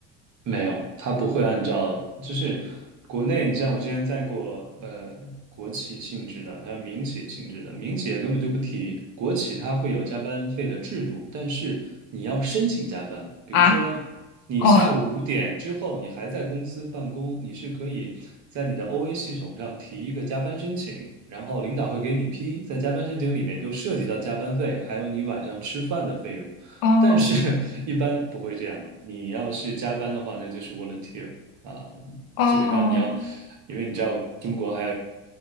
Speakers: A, on the right; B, on the left.
A: 没有，它不会按照，就是国内，你像我之前在过，呃，国企性质的，还有民企性质的，民企也根本就不提，国企它会有加班费的制度，但是你要申请加班，比如说你下午五点之后你还在公司办公，
B: 啊，哦
A: 你是可以在你的 OA 系统上提一个加班申请，然后领导会给你批，在加班申请里面就涉及到加班费，还有你晚上吃饭的费用。
B: 哦
A: 但是 <laughs> 一般不会这样的。你要是加班的话，那就是 volunteer 啊，
B: 哦，
A: 基本上你要，嗯因为你知道中国